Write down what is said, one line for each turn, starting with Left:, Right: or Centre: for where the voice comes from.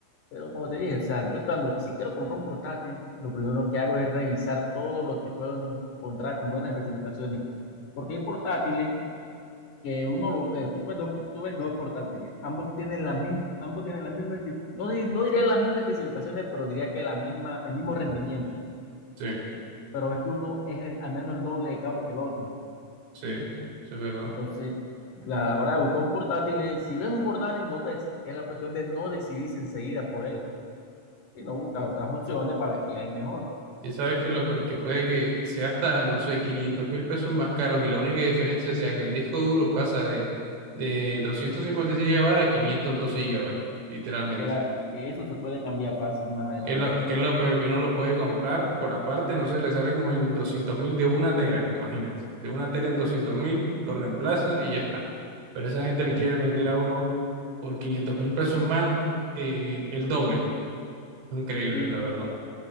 Left: Pero como te dije, o sea, yo cuando si quiero comprar un portátil, lo primero que hago es revisar todo lo que puedo encontrar con buenas especificaciones. Porque hay portátiles que uno los ve, tú, ves dos- tú ves dos portátiles, ambos tienen la misma, ambos tienen la misma, especi- no, di- no diría las mismas especificaciones, pero diría que la misma, el mismo rendimiento.
Right: Sí,
Left: Pero ves que uno es eh, al menos el doble de caro que el otro.
Right: sí, sí, es verdad.
Left: Entonces, a la hora de buscar un portátil, es- si ves un portátil, no te, es la cuestión de no decidirse enseguida por él, sino buscar otras opciones para ver qué hay mejor.
Right: Y sabes que lo porque puede que sea hasta, no sé, quinientos mil pesos más caros y la única diferencia sea que el disco duro pasa de, de 256 GB a 512 GB, literalmente.
Left: que, la, que eso se puede cambiar fácil más adelante.
Right: Que es lo, que es lo peor que uno lo puede comprar por aparte, no sé, le sale como en doscientos mil de una tera, imagínate. De una tera en doscientos mil, lo reemplaza y ya está. Pero esa gente le
Left: Sí,
Right: quiere vender a uno por quinientos mil pesos más eh, el doble. Increíble,
Left: sí,
Right: la verdad.